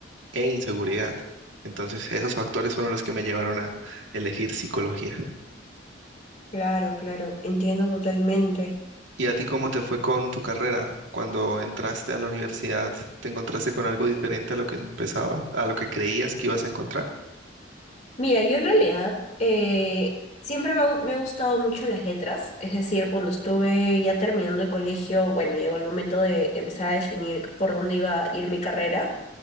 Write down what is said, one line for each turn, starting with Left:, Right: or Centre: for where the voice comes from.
Right: e inseguridad. Entonces, esos factores fueron los que me llevaron a elegir psicología.
Left: Claro, claro, entiendo totalmente.
Right: ¿Y a ti cómo te fue con tu carrera? Cuando entraste a la universidad, ¿te encontraste con algo diferente a lo que empezabas, a lo que creías que ibas a encontrar?
Left: Mira, yo en realidad eh, siempre me ha, gu- me ha gustado mucho las letras, es decir, cuando estuve ya terminando el colegio, bueno, llegó el momento de empezar a definir por dónde iba a ir mi carrera.